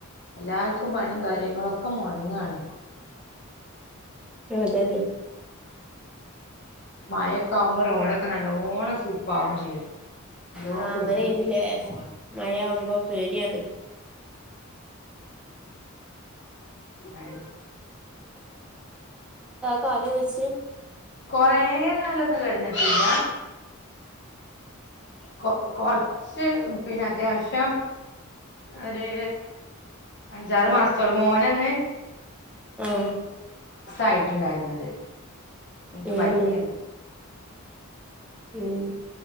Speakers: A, on the left (about 55°); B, in the centre.
A: എല്ലാക്ക ക്കും പണിയും കാര്യങ്ങളൊക്കെ മുടങ്ങാണ്
B: ആഹ അത് തന്നെ
A: മഴൊക്കെ ആകുമ്പോ റോഡൊക്കെ നല്ലവോണം സ്ലിപ്പ് ആകും ചെയ്യും നല്ലോണം
B: ആഹ
A: കരുതി
B: അങ്ങനെ ഇണ്ടല്ലേ
A: കരുതി പോണം
B: മഴ ആവുമ്പോ പേടിയന്ന്
A: അ
B: കാൽ വച്ച്
A: കൊറെ നാലൊന്നും കടുന്നിട്ടില്ല കൊ കൊറച്ച് പിന്നെ അത്യാവശ്യം ഒരു അഞ്ചാറ് മാസത്തോളു മോനന്ന്
B: ആഹ
A: ആയിട്ടുണ്ടായിരുന്നത് നിൻക്ക്
B: ഏഹ്
A: പറ്റിയല്ലെ
B: ഉം